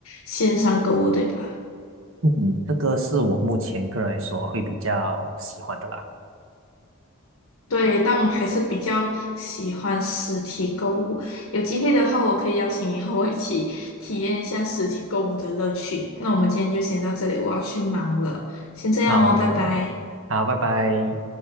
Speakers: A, on the left; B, on the right.
A: 线上购物，对吧？
B: 嗯，这个是我目前个人来说会比较喜欢的啦。
A: 对，但我还是比较喜欢实体购物。有机会的话，我可以邀请你和我一起体验一下实体购物的乐趣。那我们今天就先到这里，我要去忙了，先这样哦，
B: 好的，
A: 拜拜。
B: 好，拜拜。